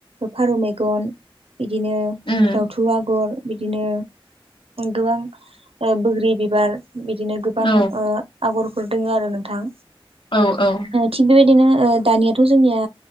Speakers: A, on the right; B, on the left.
A: फारौ मेगन बिदिनो
B: उम
A: दाउथु आगर बिदिनो गोबां ओ बोग्रि बिबार बिदिनो गोबां
B: औ
A: ओ आगर आगरफोर दोङो आरो नोंथां
B: औ औ
A: थिग बेबायदिनो दानियाथ' जोंनिया